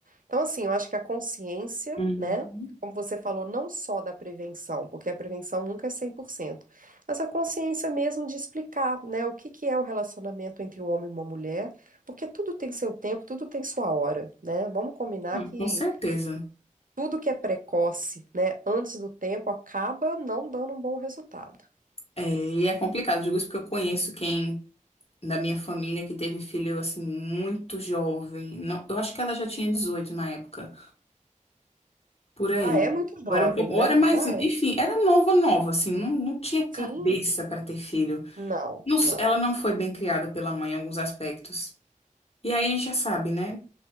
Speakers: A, on the right; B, on the left.
A: Então, assim, eu acho que a consciência,
B: uhum.
A: né? Como você falou, não só da prevenção, porque a prevenção nunca é 100%, mas a consciência mesmo de explicar, né, o que que é o relacionamento entre um homem e uma mulher, porque tudo tem seu tempo, tudo tem sua hora, né? Vamos combinar
B: Não,
A: que
B: com certeza.
A: tudo que é precoce, né, antes do tempo, acaba não dando um bom resultado.
B: É, e é complicado, digo isso porque eu conheço quem da minha família que teve filho assim muito jovem. Não, eu acho que ela já tinha 18 na época, por aí.
A: Ah, é muito jovem,
B: Ou era um pouco,
A: né?
B: ou era mais,
A: Já
B: enfim,
A: é.
B: era nova, nova, assim, não, não tinha cabeça
A: Sim,
B: para ter filho.
A: não,
B: Não s-
A: não.
B: ela não foi bem criada pela mãe em alguns aspectos. E aí já sabe, né?